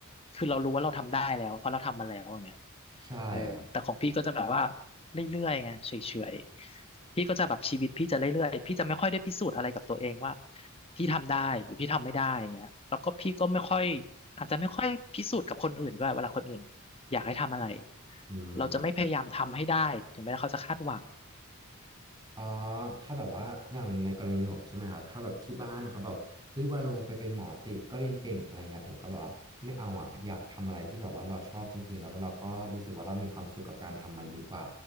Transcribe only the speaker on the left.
คือเรารู้ว่าเราทำได้แล้วเพราะเราทำมาแล้วอย่างเงี้ย
เออแต่ของพี่ก็จะแบบว่าเรื่อยๆไงเฉยๆพี่ก็จะแบบชีวิตพี่จะเรื่อยๆพี่จะไม่ค่อยได้พิสูจน์อะไรกับตัวเองว่าพี่ทำได้หรือพี่ทำไม่ได้อย่างเงี้ยแล้วก็พี่ก็ไม่ค่อยอาจจะไม่ค่อยพิสูจน์กับคนอื่นด้วยเวลาคนอื่นอยากให้ทำอะไร
เราจะไม่พยายามทำให้ได้ถึงแม้เขาจะคาดหวัง